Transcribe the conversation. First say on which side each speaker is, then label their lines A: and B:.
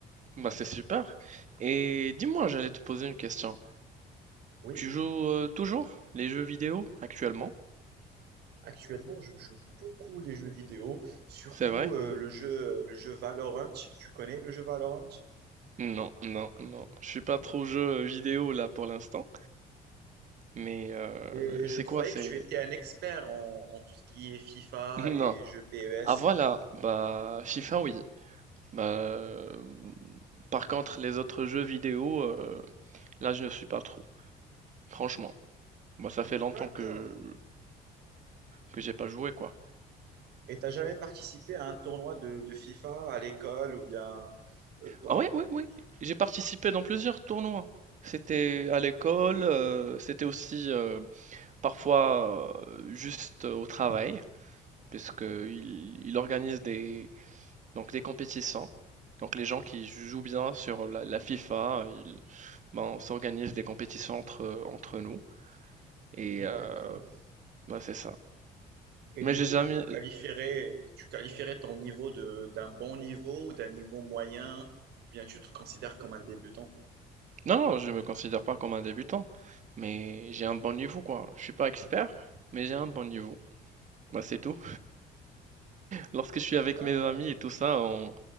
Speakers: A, on the right; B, on the right.
A: Bah, c'est super et dis-moi, j'allais te poser une question.
B: Oui,
A: Tu joues, heu, toujours les jeux vidéo actuellement?
B: actuellement, je joue beaucoup les jeux vidéo, surtout
A: C'est vrai?
B: euh, le jeu, le jeu Valorant. Tu connais le jeu Valorant?
A: Non, non, non, je suis pas trop jeu vidéo là pour l'instant, mais heu,
B: Et
A: c'est
B: je croyais
A: quoi? C'est
B: que tu étais un expert en, en tout ce qui est FIFA
A: <laughs> non.
B: et jeux PES.
A: Ah voilà, bah, FIFA oui. Bah, hem, par contre les autres jeux vidéo, heu, là je ne suis pas trop, franchement. Bah, ça fait longtemps
B: D'accord.
A: que que j'ai pas joué quoi.
B: Et t'as jamais participé à un tournoi de, de FIFA à l'école ou bien euh, dans...
A: Ah oui, oui, oui. J'ai participé dans plusieurs tournois. C'était à l'école, euh, c'était aussi euh, parfois euh, juste euh, au travail, puisque que il, il organise des, donc des compétitions. Donc les gens qui jouent bien sur la, la FIFA, ils, ben, on s'organise des compétitions entre, entre nous. Et
B: D'accord.
A: euh, ben, c'est ça.
B: Et
A: Mais
B: du
A: j'ai
B: coup,
A: jamais...
B: tu qualifierais, tu qualifierais ton niveau de, d'un bon niveau ou d'un niveau moyen, ou bien tu te considères comme un débutant.
A: Non, non, je me considère pas comme un débutant, mais j'ai un bon niveau, quoi. Je suis pas expert, mais j'ai un bon niveau. Bah, c'est tout. Lorsque je suis avec
B: D'accord.
A: mes amis et tout ça, on,